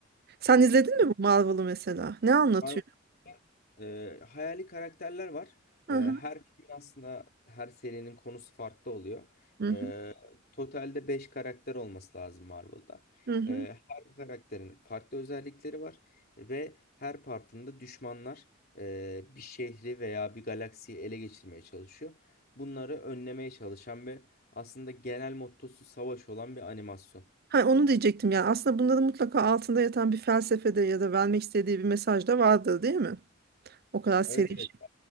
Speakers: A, on the right; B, on the left.
A: Sen izledin mi bu Marvel'ı mesela? Ne anlatıyor?
B: Marvel e, hayali karakterler var.
A: Hı
B: E,
A: hı.
B: her filmin aslında her serinin konusu farklı oluyor.
A: Hı
B: E,
A: hı.
B: totalde 5 karakter olması lazım Marvel'da.
A: Hı hı.
B: E, her karakterin farklı özellikleri var ve her partında düşmanlar e, bir şehri veya bir galaksiyi ele geçirmeye çalışıyor. Bunları önlemeye çalışan ve aslında genel mottosu savaş olan bir animasyon.
A: Ha, onu diyecektim yani aslında bunda da mutlaka altında yatan bir felsefede ya da vermek istediği bir mesaj da vardır değil mi? O kadar seri.
B: Evet evet.
A: şey.